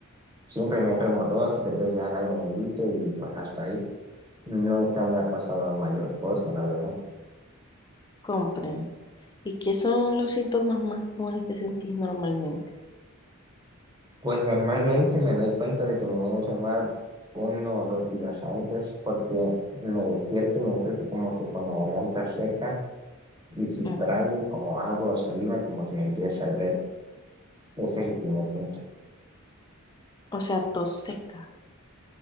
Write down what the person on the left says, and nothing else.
Compren. ¿Y qué son los síntomas más comunes que sentís normalmente?
Ok.
O sea, tos seca.